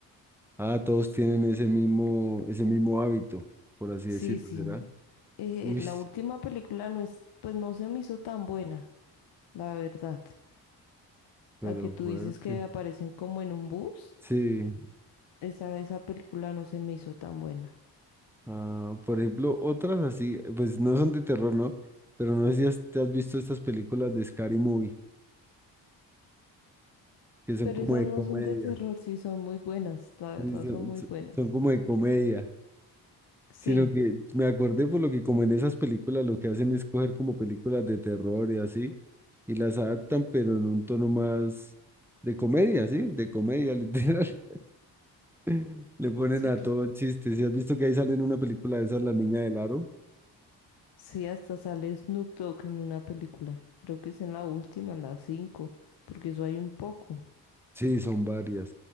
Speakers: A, in the centre; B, on the left.
A: Ah, todos tienen ese mismo, ese mismo hábito, por así
B: Sí,
A: decirlo,
B: sí.
A: ¿será?
B: Eh,
A: Uy,
B: la última película no es, pues no se me hizo tan buena, la verdad.
A: pero
B: La que tú
A: fuerte.
B: dices que aparecen como en un bus,
A: Sí.
B: esa, esa película no se me hizo tan buena.
A: Ah, por ejemplo, otras así, pues no son de terror, ¿no? Pero no sé si has- te has visto estas películas de Scary Movie, que son
B: Pero
A: como
B: esas
A: de
B: no
A: comedia.
B: son de terror, sí son muy buenas, la
A: Sí,
B: verdad
A: sí,
B: son
A: Son,
B: muy
A: son-
B: buenas.
A: son como de comedia.
B: Sí,
A: Sino que me acordé por lo que como en esas películas lo que hacen es coger como películas de terror y así, y las adaptan, pero en un tono más de comedia, ¿sí? De comedia, literal. <laughs> Le ponen
B: sí,
A: a
B: cl-
A: todo chistes. ¿Sí has visto que ahí sale en una película de esas, La Niña del Aro?
B: sí, hasta sale Snoop Dogg en una película. Creo que es en la última, en la 5, porque eso hay un poco.
A: Sí, son varias.